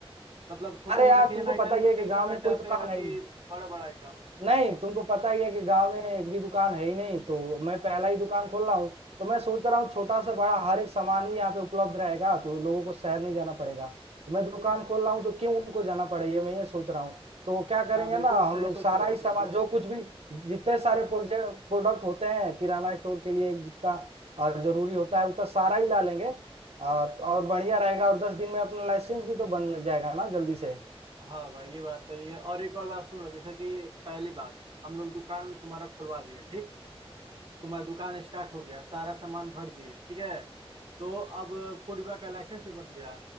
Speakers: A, on the right (about 55°); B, on the right (about 85°).
A: मतलब छोटे
B: अरे यार
A: मोटे किराना
B: तुमको
A: आइटम
B: पता ही है कि
A: सेल
B: गांव
A: करना
B: में कोई
A: चाहते
B: दुकान
A: हो
B: है
A: कि
B: ही
A: बड़ा बड़ा आइटम
B: नहीं तुमको पता ही है कि गांव में एक भी दुकान है ही नहीं तो मैं पहला ही दुकान खोल रहा हूँ तो मैं सोच रहा हूँ छोटा से बड़ा हर एक सामान ही यहाँ पे उपलब्ध रहेगा तो लोगों को शहर नहीं जाना पड़ेगा तो मैं दुकान खोल रहा हूँ तो क्यों उनको जाना पड़े ये मैं ये सोच रहा हूँ तो क्या करेंगे
A: ना बिल्कुल
B: ना हम
A: सही
B: लोग
A: सोचे
B: सारा
A: हो
B: ही सामान
A: बिल्कुल सोचे
B: जो कुछ भी
A: हो
B: जितने सारे प्रोजेक्ट प्रोडक्ट होते हैं किराना स्टोर के लिए जितना अ, जरूरी होता है उतना सारा ही ला लेंगे अ, तो और बढ़िया रहेगा और दस दिन में अपना लाइसेंस भी तो बन जाएगा ना जल्दी से
A: हाँ भाई ये बात सही है और एक और बात सुन लो जैसे कि पहली बात हम लोग दुकान तुम्हारा खुलवा दिए ठीक तुम्हारा दुकान स्टार्ट हो गया सारा सामान भर दिए ठीक है तो अब फूड विभाग का लाइसेंस भी बन गया